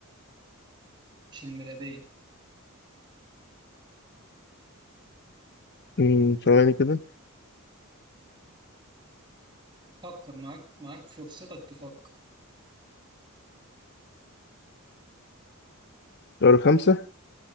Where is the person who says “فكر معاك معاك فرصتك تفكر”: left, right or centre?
Right